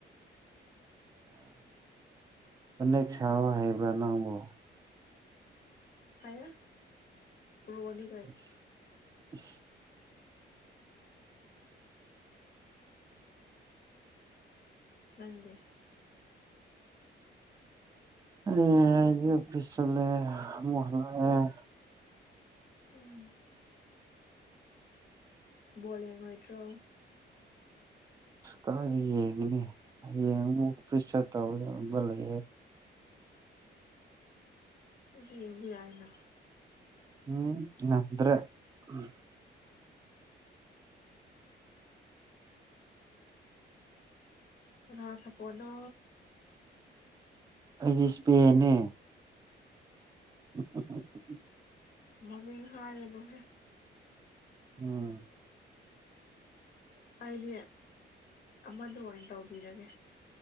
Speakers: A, on the right; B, on the left.
A: ꯐꯥꯅꯦꯛ ꯁꯥꯕ ꯍꯩꯕ꯭ꯔꯥ ꯅꯪꯕꯨ
B: ꯍꯥꯏꯌꯥ ꯀ꯭ꯔꯣꯅꯤ
A: <inaudible>
B: ꯅꯪꯗꯤ
A: ꯑꯦ ꯑꯩꯗꯤ ꯑꯣꯐꯤꯁ ꯆꯠꯂꯦ ꯑꯃꯨꯛ ꯍꯜꯂꯛꯑꯦ
B: ꯎꯝ ꯕꯣꯜ ꯌꯦꯡꯉꯣꯏꯗ꯭ꯔꯣ
A: ꯀꯥꯗꯤ ꯌꯦꯡꯉꯤꯅꯦ ꯌꯦꯡꯉ ꯑꯣꯐꯤꯁ ꯆꯠꯇꯧꯕ ꯑꯃ ꯂꯩꯌꯦ
B: ꯑꯩꯁꯨ ꯌꯦꯡꯕ ꯌꯥꯏꯅ
A: ꯎꯝ ꯅꯪꯗ꯭ꯔꯦ ꯎꯝ
B: ꯀꯅꯥ ꯁꯞꯄꯣꯠꯅꯣ
A: ꯑꯩꯗꯤ ꯏꯁꯄꯦꯅꯦ <unintelligible>
B: ꯃꯃꯤꯡ ꯍꯥꯏꯔꯅꯣꯍꯦ
A: ꯑꯥ
B: ꯑꯩꯗꯤ ꯑꯃꯗꯨ ꯑꯣꯏꯅ ꯇꯧꯕꯤꯔꯒꯦ